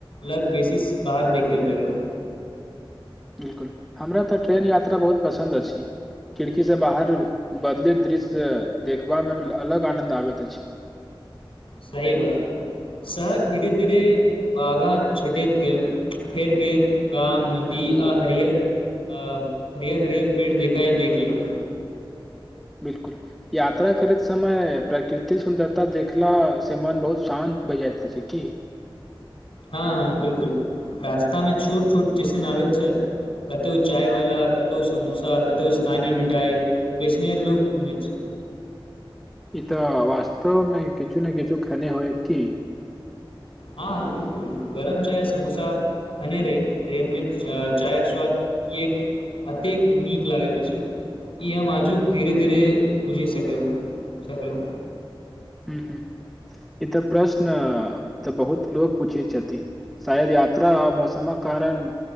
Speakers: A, on the left; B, in the centre.
A: लग बेसी बाहर देखै लगलहुँ।
B: बिलकुल। हमरा तऽ ट्रेन यात्रा बहुत पसन्द अछि। खिड़की से बाहर बदलेत दृश्य देखबामे अलग आनंद आबैत अछि।
A: सही बात। शहर धीरे धीरे बाघा छटैत गेल, फेर गेल गाम, नदी आ हरियर अ हरियर हरियर पेड़ देखाइ देखलक।
B: बिलकुल। यात्रा करैत समय प्राकृतिक सुन्दरता देखला से मन बहुत शान्त भइ जाइत छैय कि।
A: हँ- हँ बिलकुल। रास्ता में छोट छोट स्टेशन आबैत छल कतहु चायवाला, कतहु समोसा, कतहु स्थानीय मिठाइ। बेचनियर लोक घुमे छैय।
B: ई तऽ वास्तव मे किछु ने किछु खने होयब की।
A: हँ -हँ बिलकुल। गरम चाय, समोसा खने रही। ट्रेन में च चायके स्वाद एक अतेक नीक लागैत अछि। ई हम आजुक धीरे धीरे बुझि सकल सकलहुँ।
B: हू- हू ई तऽ प्रश्न तऽ बहुत लोग पूछै छथि। शायद यात्रा आ मौसमक कारण